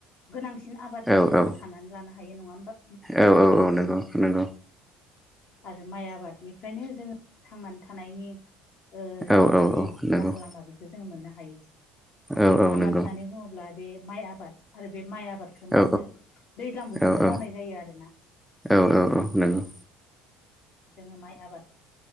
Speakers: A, on the left; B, in the centre.
A: गोनांसिन आबाद होननानै
B: औ औ
A: जों साननानै लानो हायो नङा होमा।
B: औ औ औ नोंगौ नोंगौ।
A: आरो माइ आबादनिफ्रायनो जोङो थांनानै थानायनि ओ
B: औ औ
A: जि
B: औ नंगौ
A: राहा लामा बेखौो जों मोननो हायो।
B: औ औ
A: आबाद
B: नंगौ
A: होननानै बुङोब्ला बे माइ आबाद आरो बे माइ आबाद खो मा
B: औ
A: होनो दैज्लां बोथोराव
B: औ औ
A: मावनाय जायो आरोना।
B: औ औ औ नंगौ
A: जोङो माइ आबाद